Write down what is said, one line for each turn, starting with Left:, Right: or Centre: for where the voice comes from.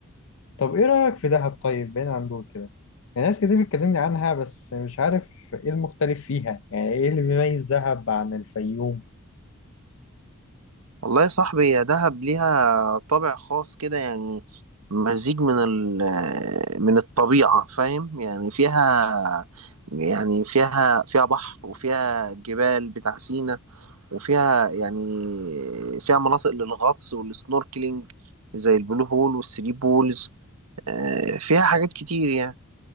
Left: طب إيه رأيك في دهب طيب بعيد عن دول كده؟ يعني ناس كتير بتكلمني عنها بس مش عارف إيه المختلف فيها يعني إيه اللي بيميز دهب عن الفيوم؟
Right: والله يا صاحبي يا دهب ليها طابع خاص كده يعني مزيج من ال آه، من الطبيعة فاهم يعني فيها يعني فيها فيها بحر وفيها جبال بتاع سينا وفيها يعني فيها مناطق للغطس والسنوركلينج زي البلو هول والثري بولز آه، فيها حاجات كتير يعني